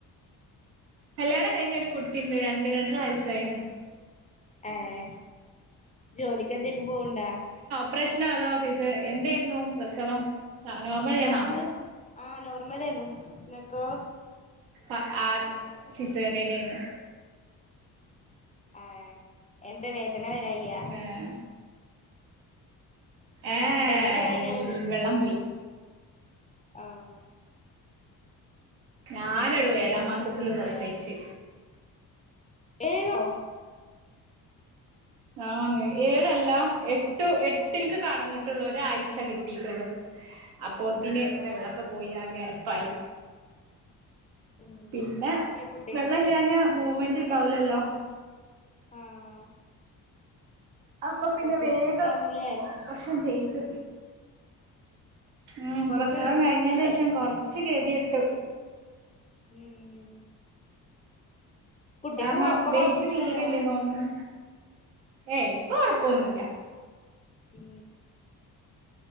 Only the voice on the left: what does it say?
ഏഹ് ജോലിക്ക് എന്തേലും പോവ്ണ്ടാ
നോർമല് ആഹ് നോർമലേന്നു ഇങ്ങക്കോ
ആഹ് എന്താ വേദന വരായ്കയാ
വേദന വരായ്യാണോ ചോയ്ക്ക
ആഹ്
പിന്നെ
കുട്ടിയാ
ഏഴോ
ഓ
ഉം
കുട്ടി
ആഹ്
കൊറച്ച്
റിസ്കാന്നുല്ലേ
കൊറച്ച്
റിസ്കാന്നുല്ലേ
ഉം കുട്ടിക്ക്
ഇപ്പൊ
കൊഴപ്പൊന്നുല്ലല്ലോ
ഉം